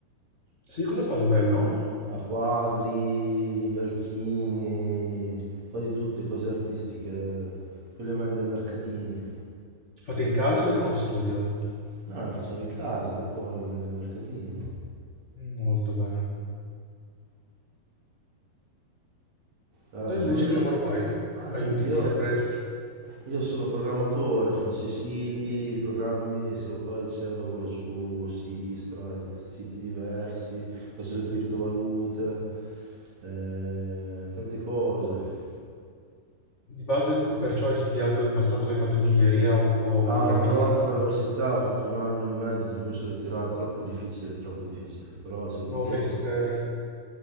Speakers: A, on the left; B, on the right.
A: Sì, cosa fai di bello?
B: a quadri, orecchini, un po' di tutte cose artistiche, quelle che vende ai mercatini.
A: Fate in casa, o avete uno studio?
B: No, le facciamo in casa, dopo le vende ai mercatini.
A: Mm, Molto bene.
B: Ah,
A: Te
B: cosa
A: invece
B: mi vole-
A: che lavoro fai?
B: ah,
A: Aiuti
B: niente, io
A: sempre
B: Io sono programmatore, faccio i siti, i programmi, scrivo codice, lavoro su siti, stra- siti diversi, faccio le criptovalute, eh, tante cose.
A: di base, perciò hai studiato in passato, quindi hai fatto ingegneria o, o
B: Ah,
A: programmistica?
B: ho provato a fare l'università, ho fatto un anno e mezzo, dopo mi sono ritirato, troppo difficile, troppo difficile, però c'è il diploma.
A: No, ho visto che...